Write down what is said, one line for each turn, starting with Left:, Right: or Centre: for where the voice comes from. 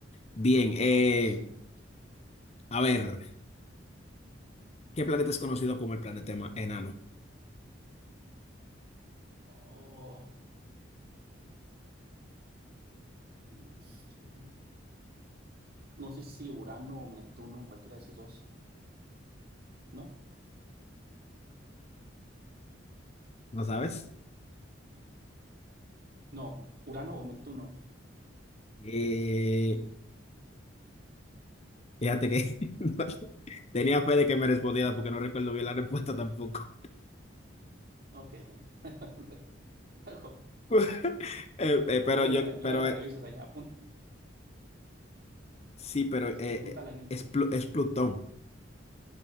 Left: Bien, eh,
Right: Sí.
Left: a ver, ¿qué planeta es conocido como el planeta ema- enano?
Right: Oh, Venus, Tierra. No sé si Urano o Neptuno, cualquiera de esos dos. ¿No?
Left: ¿No sabes?
Right: No, Urano o Neptuno.
Left: Eh, fíjate que <laughs> no, tenía fe de que me respondiera porque no recuerdo bien la respuesta tampoco.
Right: Ok. <laughs> <laughs> Luego,
Left: <laughs> Eh, eh, pero
Right: luego
Left: yo,
Right: la, re-
Left: pero
Right: luego la
Left: eh,
Right: revisas allá. Apun-
Left: sí, pero eh,
Right: sí,
Left: eh,
Right: apúntala ahí en
Left: es,
Right: tu.
Left: Plu- es Plutón,